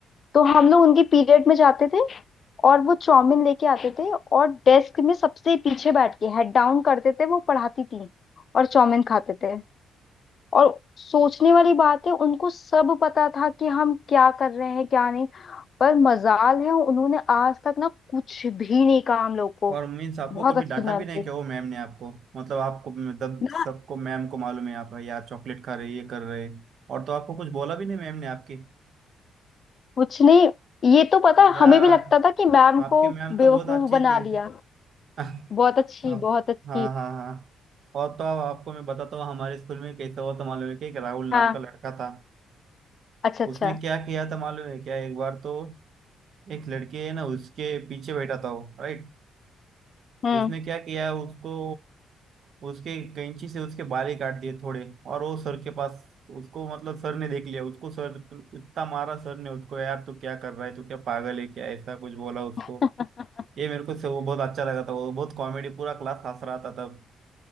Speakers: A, on the left; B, on the right.
A: तो हम लोग उनके पीरियड में जाते थे और वो चाउमीन लेके आते थे और डेस्क में सबसे पीछे बैठ के हेड डाउन करते थे वो पढ़ाती थी और चाउमीन खाते थे और सोचने वाली बात है उनको सब पता था कि हम क्या कर रहे हैं क्या नहीं पर मजाल है उन्होंने आज तक ना कुछ भी नहीं कहा हम लोग को
B: और मीन्स आपको
A: बहुत
B: कभी
A: अच्छी
B: डांटा
A: मैम
B: भी
A: थी
B: नहीं क्या वो मैम ने आपको मतलब आपको मतलब
A: ना
B: सबको मैम को मालूम है आप यार चॉकलेट खा रहे ये कर रहे और तो आपको कुछ बोला भी नहीं मैम ने आपके
A: कुछ नहीं ये तो पता है,
B: यार
A: हमें भी लगता था कि मैम
B: आपकी
A: को
B: मैम
A: बेवकूफ
B: तो बहुत अच्छी
A: बना
B: थी
A: लिया
B: <laughs> आप
A: बहुत अच्छी बहुत अच्छी
B: हाँ हाँ हाँ और तो अब आपको मैं बताता हूँ हमारे स्कूल में कैसा हुआ था मालूम है कि एक राहुल नाम
A: हाँ
B: का लड़का था
A: अच्छा अच्छा
B: उसने क्या किया था मालूम है क्या एक बार तो एक लड़के है ना उसके पीछे बैठा था वो राइट
A: हम्म
B: उसने क्या किया उसको उसके कैंची से उसके बाल ही काट दिए थोड़े और वो सर के पास उसको मतलब सर ने देख लिया उसको सर इतना मारा सर ने उसको यार तू क्या कर रहा है तू क्या पागल है क्या ऐसा कुछ बोला उसको
A: <laughs>
B: ये मेरे को से वो बहुत अच्छा लगा था वो बहुत कॉमेडी पूरा क्लास हंस रहा था तब